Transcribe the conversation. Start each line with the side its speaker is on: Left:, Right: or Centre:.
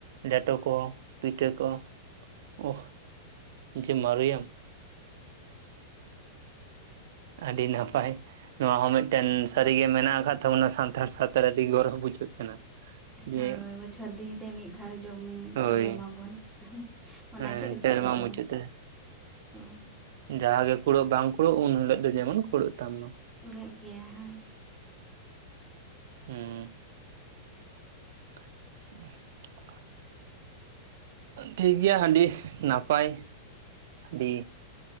Right: ᱞᱮᱴᱚ ᱠᱚ ᱯᱤᱴᱷᱟᱹ ᱠᱚ, ᱳᱦ ᱡᱮ ᱢᱟᱨᱩᱭᱟᱢ᱾ ᱟᱹᱰᱤ ᱱᱟᱯᱟᱭ᱾ ᱱᱚᱣᱟ ᱦᱚᱸ ᱢᱤᱫᱴᱮᱱ ᱥᱟᱹᱨᱤᱜᱮ ᱢᱮᱱᱟᱜ ᱟᱠᱟᱫ ᱛᱟᱵᱚᱱᱟ ᱥᱟᱱᱛᱟᱲ ᱥᱟᱶᱛᱟ ᱨᱮ ᱟᱹᱰᱤ ᱜᱚᱨᱚᱵᱽ ᱵᱩᱡᱷᱟᱹᱜ ᱠᱟᱱᱟ᱾ ᱡᱮ
Centre: ᱦᱳᱭ ᱵᱚᱪᱷᱚᱨ ᱫᱤᱱᱨᱮ ᱢᱤᱫ ᱫᱷᱟᱣ ᱡᱚᱢ
Right: ᱦᱳᱭ
Centre: ᱡᱚᱢ ᱟᱵᱚᱱ᱾ ᱚᱱᱟ
Right: ᱦᱮᱸ
Centre: ᱜᱮ ᱨᱟᱹᱥᱠᱟᱹ
Right: ᱥᱮᱨᱢᱟ
Centre: ᱫᱚ᱾
Right: ᱢᱩᱪᱟᱹᱫ ᱨᱮ
Centre: ᱦᱳᱭ
Right: ᱡᱟᱦᱟᱸ ᱜᱮ ᱠᱩᱲᱟᱹᱜ ᱵᱟᱝ ᱠᱩᱲᱟᱹᱜ ᱩᱱ ᱦᱤᱞᱳᱜ ᱫᱚ ᱡᱮᱢᱚᱱ ᱠᱩᱲᱟᱹᱜ ᱛᱟᱢ ᱢᱟ᱾
Centre: ᱠᱩᱲᱟᱹᱜ ᱜᱮᱭᱟ ᱦᱳᱭ᱾
Right: ᱩᱸ ᱾ <inaudible> ᱴᱷᱤᱠ ᱜᱮᱭᱟ ᱦᱟᱺᱰᱤ ᱱᱟᱯᱟᱭ ᱟᱹᱰᱤ